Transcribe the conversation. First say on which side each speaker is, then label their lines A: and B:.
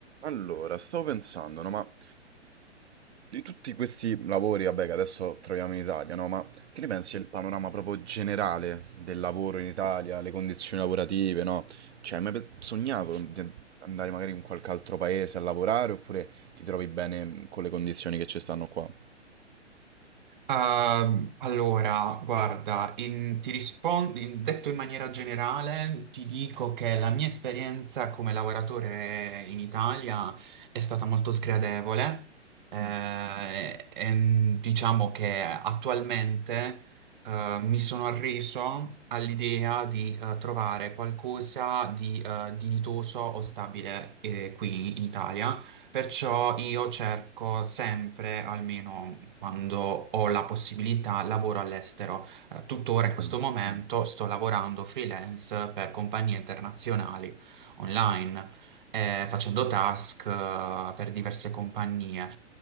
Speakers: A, on the right (about 70°); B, on the right (about 45°).
A: Allora, stavo pensando, no, ma di tutti questi lavori, vabbè, che adesso troviamo in Italia, no, ma che ne pensi del panorama proprio generale del lavoro in Italia, le condizioni lavorative, no? Cioè, hai mai pe- sognato di andare magari in qualche altro paese a lavorare oppure ti trovi bene mm, con le condizioni che ci stanno qua?
B: Ehm, allora, guarda, in- ti rispondo, in- detto in maniera generale, ti dico che la mia esperienza come lavoratore in Italia è stata molto sgradevole. eh,
A: Mm,
B: e, mm, diciamo che attualmente, eh, mi sono arreso all'idea di, eh, trovare qualcosa di, eh, dignitoso o stabile, eh, qui in Italia. Perciò io cerco sempre, almeno quando ho la possibilità, lavoro all'estero. Eh, Tuttora
A: sì.
B: in questo momento sto lavorando freelance per compagnie internazionali online, eh, facendo task, eh, per diverse compagnie.